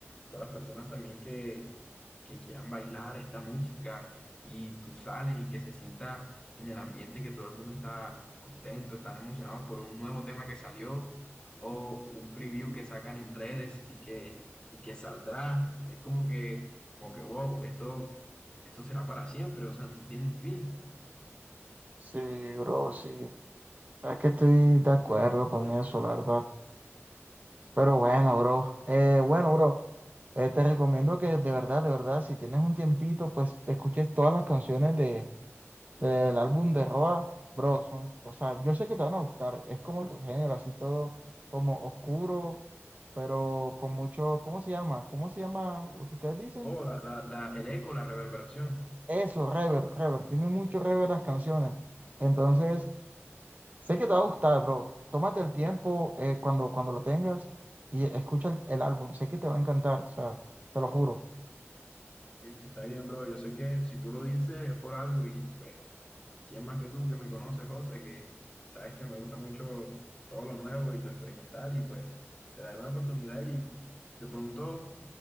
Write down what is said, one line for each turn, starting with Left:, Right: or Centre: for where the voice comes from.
Left: todas las personas también que, que quieran bailar esta música y tú sales y que se sienta en el ambiente que todo el mundo está contento, están emocionados por un nuevo tema que salió o un preview que sacan en redes y que, y que saldrá. Es como que, como que, wow, esto, esto será para siempre, o sea, no tiene un fin.
Right: Sí, bro, sí. Es que estoy de acuerdo con eso, la verdad. Pero bueno, bro. Eh, bueno, bro. eh, te recomiendo que de verdad, de verdad, si tienes un tiempito, pues te escuches todas las canciones de, del álbum de Roa, bro. Son, o sea, yo sé que te van a gustar. Es como tu género, así todo como oscuro, pero con mucho, ¿cómo se llama? ¿Cómo se llama lo que ustedes dicen?
Left: O la, la, la- el eco, la reverberación.
Right: Eso, reverb, reverb. Tiene mucho reverb las canciones. Entonces, sé que te va a gustar, bro. Tómate el tiempo eh, cuando, cuando lo tengas y escucha el, el álbum. Sé que te va a encantar, o sea, te lo juro.
Left: Está bien, está bien, bro. Yo sé que si tú lo dices es por algo y pues, ¿quién más que tú que me conoces, José, que sabes que me gusta mucho todo lo nuevo y lo experimental y pues te daré una oportunidad y de pronto